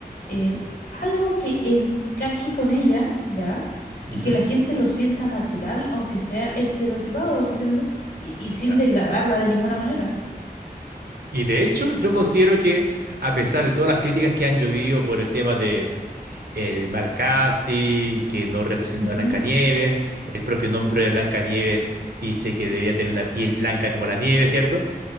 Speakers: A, on the left (about 80°); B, on the right (about 75°).
A: eh, algo que encaje con ella, ¿ya? Y
B: ujú,
A: que la gente lo sienta natural, aunque sea estereotipado, ¿me entiendes? Y, y
B: exacto.
A: sin degradarla de ninguna manera.
B: Y de hecho, yo considero que a pesar de todas las críticas que han llovido por el tema de el mal casting, que no representa
A: Ujú.
B: a Blancanieves, el propio nombre de Blancanieves dice que debería tener una piel blanca como la nieve, ¿cierto?